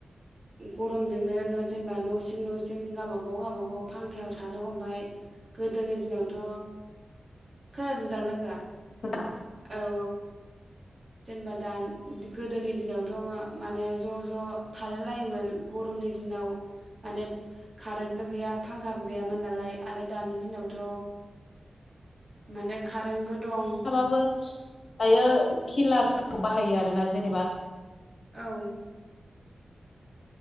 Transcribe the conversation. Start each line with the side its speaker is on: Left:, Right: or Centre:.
Right: गरमजोंनो जेनेबा न' सिं न' सिं गाबागाव गाबागाव फांखायाव थानो हमबाय गोदोनि दिनावथ' खोनादों दा लोगोआ?
Left: <unintelligible>
Right: औ जेनेबा दा गोदोनि दिनावथ' माने ज' ज' थालाय लायोमोन गरमनि दिनाव माने कारेन्तबो गैया। फांखाबो गैयामोन नालाय आरो दानि दिनावथ' माने कारेन्टबो दं
Left: माबाबो दायो खिलार बाहायो आरोना जेनेबा
Right: औ।